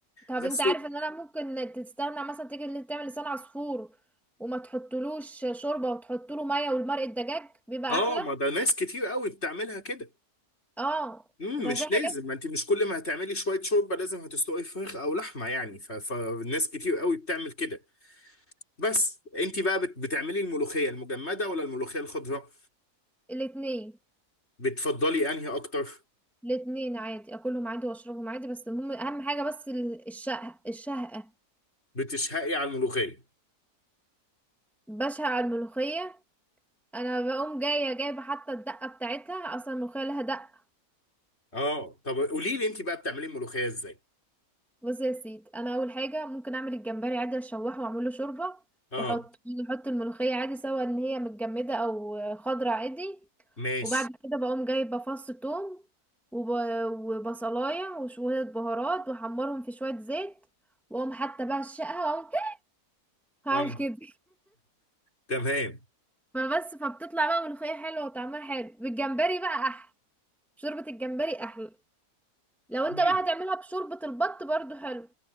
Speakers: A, in the centre; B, on the left.
A: طب
B: بس
A: انت عارف
B: و-
A: ان انا ممكن تستغنى مثلا تيجي اللي تعمل لسان عصفور وما تحطلوش شوربه وتحطله ميه والمرقه الدجاج بيبقى
B: اه
A: احلى
B: ما ده ناس كتير قوي بتعملها كده
A: اه
B: امم
A: ده
B: مش
A: في
B: لازم
A: حاجات
B: ما انت مش كل ما هتعملي شويه شوربه لازم هتسلقي فراخ او لحمه يعني ف- فالناس كتير قوي بتعمل كده بس انت بقى بت- بتعملي الملوخيه المجمده ولا الملوخيه الخضراء
A: الاتنين
B: بتفضلي انهي اكتر
A: الاتنين عادي اكلهم عادي واشربهم عادي بس المهم اهم حاجه بس ال- الشقه الشهقه
B: بتشهقي على الملوخيه
A: بشهق على الملوخيه انا بقوم جايه جايبه حتى الدقه بتاعتها اصلا الملوخيه لها دقه
B: اه طب قولي لي انت بقى بتعملي الملوخيه ازاي
A: بص يا سيدي انا اول حاجه ممكن اعمل الجمبري عادي اشوحه واعمل له شوربه
B: اه
A: واحط احط الملوخيه عادي سواء ان هي متجمده او خضره عادي
B: ماشي
A: وبعد كده بقوم جايبه فص ثوم وب... وبصلايه وشويه بهارات واحمرهم في شويه زيت واقوم حتى بقى الشقه واقوم <laughs> هعمل
B: اه
A: كده
B: تمام
A: فبس فبتطلع بقى ملوخية حلوة وطعمها حلو بالجمبري بقى أحلى شوربة الجمبري أحلى لو
B: مم.
A: انت بقى هتعملها بشوربة البط برضو حلو